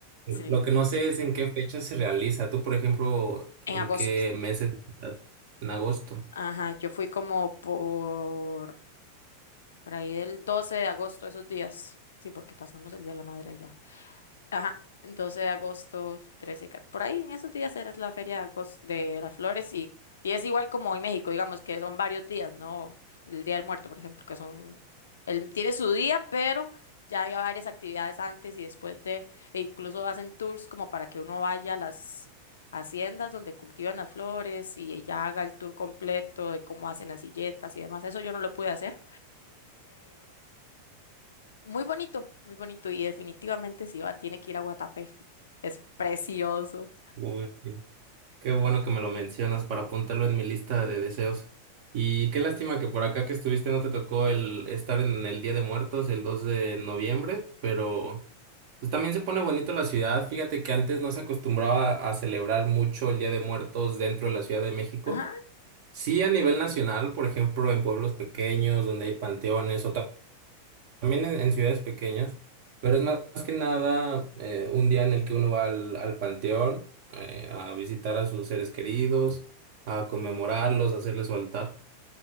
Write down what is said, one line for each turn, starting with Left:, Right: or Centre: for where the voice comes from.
Left: sí.
Right: Lo que no sé es en qué fecha se realiza. Tú, por ejemplo,
Left: En
Right: ¿en
Left: agosto.
Right: qué meses visitas? En agosto.
Left: Ajá, yo fui como por, por ahí del 12 de agosto, esos días. Sí, porque pasamos el Día de la Madre allá. Ajá, 12 de agosto, trece ca- por ahí en esos días era la feria de, agos- de las flores y, y es igual como en México, digamos que son varios días, ¿no? El Día del Muerto, por ejemplo, que son, él tiene su día, pero ya hay varias actividades antes y después de, e incluso hacen tours como para que uno vaya a las haciendas donde cultivan las flores y ya haga el tour completo de cómo hacen las silletas y demás. Eso yo no lo pude hacer, muy bonito, muy bonito y definitivamente si va, tiene que ir a Guatapé. Es precioso.
Right: Uy, sí. Qué bueno que me lo mencionas para apuntarlo en mi lista de deseos. Y qué lástima que por acá que estuviste no te tocó el estar en el Día de Muertos el 2 de noviembre, pero pues también se pone bonito la ciudad. Fíjate que antes no se acostumbraba a celebrar mucho el Día de Muertos dentro de la Ciudad de México.
Left: Ajá.
Right: Sí, a nivel nacional, por ejemplo, en pueblos pequeños donde hay panteones o también en, en ciudades pequeñas, pero es más que nada eh, un día en el que uno va al, al panteón eh, a visitar a sus seres queridos, a conmemorarlos, a hacerles su altar.